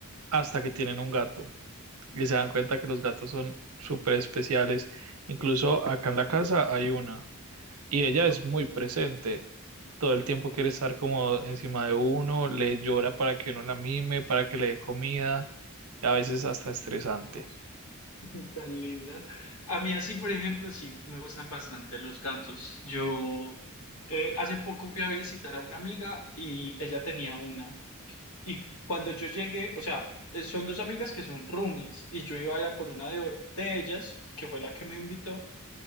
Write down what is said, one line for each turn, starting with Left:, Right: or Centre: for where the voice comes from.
Right: hasta que tienen un gato y se dan cuenta que los gatos son súper especiales. Incluso acá en la casa hay una y ella
Left: Ok,
Right: es muy presente. todo el tiempo quiere estar como encima de uno, le llora para que uno la mime, para que le dé comida, y a veces hasta estresante.
Left: <laughs> tan linda. A mí así, por ejemplo, sí me gustan bastante los gatos. Yo eh, hace poco fui a visitar a una amiga y ella tenía una. Y cuando yo llegué, o sea, eh, son dos amigas que son roomies y yo iba a ir a por una de, de ellas, que fue la que me invitó.